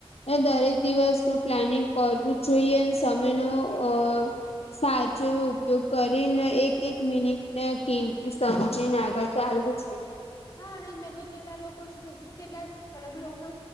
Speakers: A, on the left; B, on the left.
A: એ દરેક દિવસનું પ્લાનિંગ કરવું જ જોઈએ સમયનો અ સાચો એવો ઉપયોગ કરીને એક એક મિનિટ ને કિંમતી સમજીને આગળ ચાલવું જોઈએ.
B: હા અને મેં તો કેટલા લોકો કેટલા ખરાબ લોકો